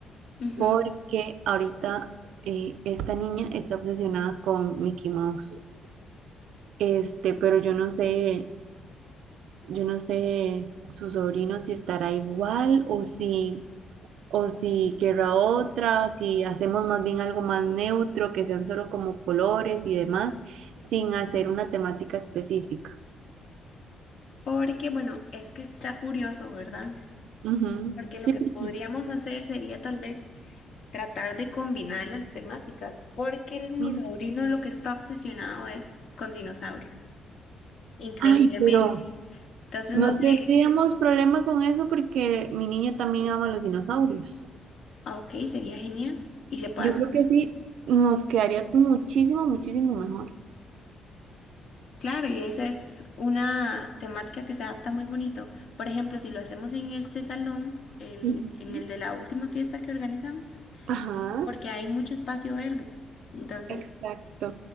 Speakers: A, on the left; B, on the right.
A: Ujú.
B: porque ahorita eh, esta niña está obsesionada con Mickey Mouse, este, pero yo no sé, yo no sé su sobrino si estará igual o si, o si querrá otra, si hacemos más bien algo más neutro, que sean solo como colores y demás, sin hacer una temática específica.
A: Porque, bueno, es que está curioso, ¿verdad?
B: Ujú,
A: Porque lo
B: Sí,
A: que
B: porque...
A: podríamos hacer sería tal vez tratar de combinar las temáticas, porque el- mi
B: Ok.
A: sobrino lo que está obsesionado es con dinosaurios, increíblemente.
B: Ay, pero
A: Entonces,
B: no
A: no sé,
B: tendríamos problema con eso porque mi niño también ama los dinosaurios.
A: ok, sería genial y se puede
B: Yo
A: hacer.
B: creo que sí, nos quedaría muchísimo, muchísimo mejor.
A: Claro, y esa es una temática que se adapta muy bonito. Por ejemplo, si lo hacemos en este salón, el,
B: Ujú.
A: en el de la última fiesta que organizamos,
B: Ajá,
A: porque hay mucho espacio verde, entonces
B: exacto.